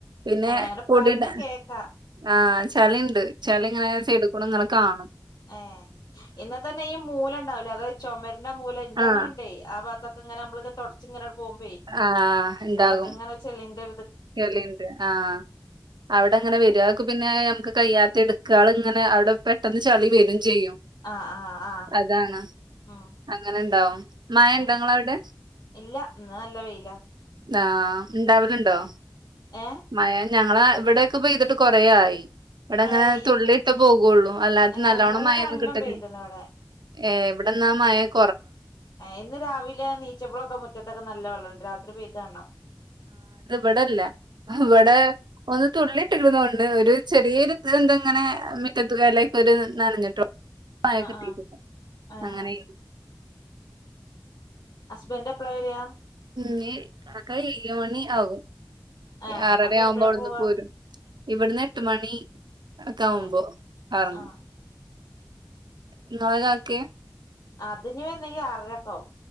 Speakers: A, on the right; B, on the left.
A: പിന്നെ
B: ഏഹ് അങ്ങനെ
A: കുടിട്ട
B: പറയണ കേക്കാ
A: ആഹ് ചളിണ്ട് ചളിഇങ്ങനെ സെഡു കൂടെ നട ആ
B: ഏ ഇന്നത്തന്നെ ഈ മൂല ഉണ്ടാവുലെഅതത് ചുമര ന്റെമൂല എന്റെറ
A: ആഹ്
B: അങ്ങനെണ്ടേ ആ ഭാഗ ഇതക്കെ ഇങ്ങെ നമ്മെള്തെടച്ച് ഇങ്ങനെ പോവുപോഅവിടക്കെ
A: ആഹ് ഇണ്ടാകും.
B: ഇങ്ങനെ ചെളി ന്റെ
A: ചെളിണ്ട് ആ അവിടെ അങ്ങനെ വരു അത് ഓക്കെപിന്നെ നമുക്ക് കയ്യ എടുക്കുകൾ ഇങ്ങനെ അവിടെ പെട്ടെന്ന് ചളി വരും ചെയ്യും
B: ആഹ് ആഹ് ആഹ
A: അതാണ്
B: ഉ
A: അങ്ങനെണ്ടാവും. മഴണ്ടോ
B: ഉ
A: ഇങ്ങളവടെ?
B: ഇല്ല ഇ നല്ല വെയില
A: ആ ഉണ്ടാവലണ്ടോ
B: ഏഹ്
A: മഴ ഞങ്ങള ഇവിടെയൊക്കെ പോ ഇതിട്ട് കൊറോയി ഇവിടെ അങ്ങനെ
B: ഏഹ്
A: തുള്ളിയിട്ട്
B: ഇ
A: പോകുള്ളൂ അല്ലാതെ
B: ഏഹ്
A: നല്ലവോണംമായൊന്നും
B: ഇന്നലൊക്കെ നല്ലോം
A: കിട്ടലില്ല
B: പെയ്ത്ണ് ഇവടെ.
A: ഏ ഇവിടെ നമഴയകൊ
B: ഇന്ന് രാവിലെ നീച്ചപ്പളൊക്കെ മുറ്റത്തൊക്കെ നല്ല വെള്ളം ഉണ്ട് രാത്രി പോയ്ത് അണ്
A: ഇവിടെല്ല ഇവിടെ ഒന്ന് തുള്ളിട്ടിടുന്നൊണ്ട് ഒരു ചെറിയൊരു എന്ത ഇങ്ങനെ മറ്റത്തു ഇലക്കെഒരു നനഞ്ഞിട്ടോ പായ
B: ആഹ്
A: കിട്ടീട്ട
B: ആഹ് ഏഹ്
A: അങ്ങനെയ
B: ഹസ്ബൻറ് എപള വരാ
A: ഇഞ് എഴ്മണിആകു
B: ഏഹ്
A: ആറര
B: അപ്പൊ
A: ആവുമ്പോ
B: എപ്പഴാ
A: അവിടുന്ന്
B: പോവാ?
A: പോരും ഇവിടുന്ന് എട്ട് മണി ക്കാവുമ്പോ
B: ഏഹ്
A: ഇറങ്ങും
B: ആഹ്
A: ഇങ്ങളെ കാക്കെ
B: അത് ഞ്ഞി വരണെങ്കി അറരൊക്കാവും